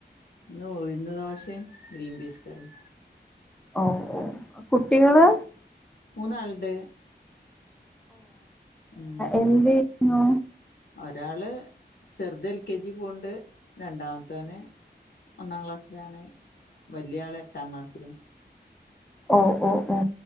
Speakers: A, on the left; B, in the centre.
A: ഇന്നുഴുന്ന് ദോശേം ഗ്രീൻ പീസ് കറിം.
B: ഓഹ് ഓഹ് കുട്ടികള്.
A: മൂന്നാൾണ്ട്, ഉം.
B: എന്തേ ക്ണു
A: ഒരാള് ചെർതെൽ കെ ജി പോണ്ട്, രണ്ടാമത്തോന്. ഒന്നാം ക്ലാസ്സിലാണ്, വല്യാള് എട്ടാം ക്ലാസ്സിലും.
B: ഓഹ് ഓഹ് ഓഹ്.